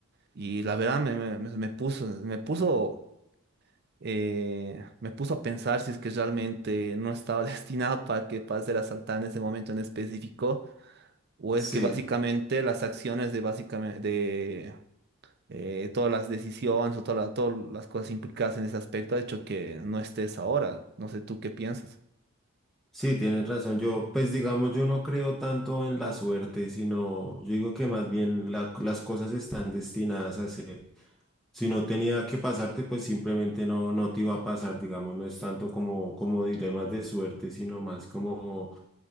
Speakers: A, on the right (about 50°); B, in the centre.
A: Y la verdad me, me, me puso, me puso eh, me puso a pensar si es que realmente no estaba <laughs> destinado para que pase ser asaltada en ese momento en específico, o
B: sí,
A: es que básicamente las acciones de básicamente de eh, todas las decisiones o toda la- todas las cosas implicadas en ese aspecto ha hecho que no estés ahora. No sé tú qué piensas.
B: sí, tienes razón. Yo, pues digamos, yo no creo tanto en la suerte, sino yo digo que más bien la- las cosas están destinadas a ser. Si no tenía que pasarte, pues simplemente no, no te iba a pasar, digamos, no es tanto como, como dilemas de suerte, sino más como,